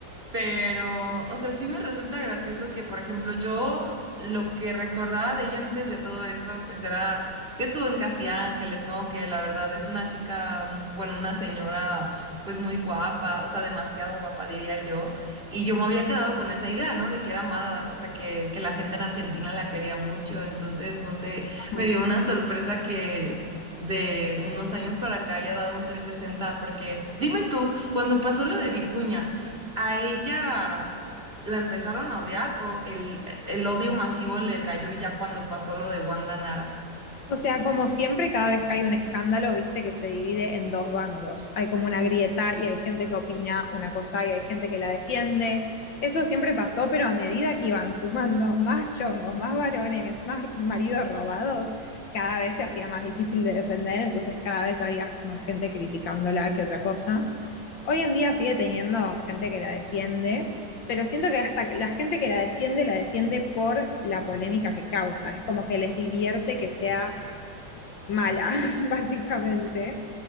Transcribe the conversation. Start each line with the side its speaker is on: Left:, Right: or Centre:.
Right: pero, o sea, sí me resulta gracioso que, por ejemplo, yo lo que recordaba de ella antes de todo esto, pues era que estuvo en Casi Ángeles, ¿no? Que la verdad es una chica, mm, bueno, una señora, pues muy guapa, o sea, demasiado guapa, diría yo y yo me había quedado con esa idea, ¿no? De que era amada, o sea, que, que la gente en Argentina la quería mucho. Entonces, no sé,
Left: <laughs>
Right: me dio una sorpresa que de unos años para acá haya dado un 360, porque dime tú, cuando pasó lo de Vicuña, ¿a ella la empezaron a odiar o el, el odio masivo le cayó ya cuando pasó lo de Wanda Nara?
Left: O sea, como siempre, cada vez que hay un escándalo, viste que se divide en dos bandos. Hay como una grieta y hay gente que opina una cosa y hay gente que la defiende. Eso siempre pasó, pero a medida que iban sumando más chongos, más varones, más maridos robados, cada vez se hacía más difícil de defender, entonces cada vez había más gente criticándola que otra cosa. Hoy en día sigue teniendo gente que la defiende, pero siento que hasta la gente que la defiende la defiende por la polémica que causa. Es como que les divierte que sea mala, <laughs> básicamente.